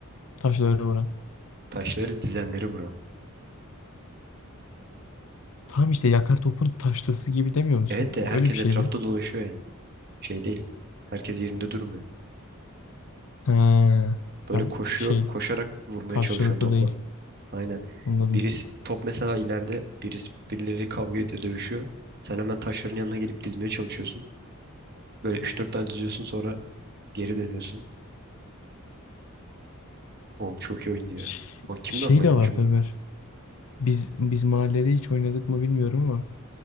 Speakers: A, on the left; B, on the right.
A: Taşlara vuran.
B: taşları dizenleri vuran.
A: Tamam işte yakar topun taşlısı gibi demiyor musun?
B: Evet de
A: O
B: herkes
A: öyle bir şeydi.
B: etrafta dolaşıyor yani. Şey değil. Herkes yerinde durmuyor.
A: Ha,
B: Böyle
A: ya
B: koşuyor,
A: şey
B: koşarak vurmaya
A: karşılıklı
B: çalışıyorsun topla.
A: değil.
B: Aynen.
A: Anladım.
B: Birisi top mesela ileride birisi birileri kavga ediyor, dövüşüyor. Sen hemen taşların yanına gelip dizmeye çalışıyorsun. Böyle üç dört tane diziyorsun sonra geri dönüyorsun. Oğlum çok iyi oyun diyor.
A: Şey,
B: Bak kimin
A: şey
B: aklına
A: de
B: gelmiş
A: vardı
B: bu?
A: Ömer. Biz biz mahallede hiç oynadık mı bilmiyorum ama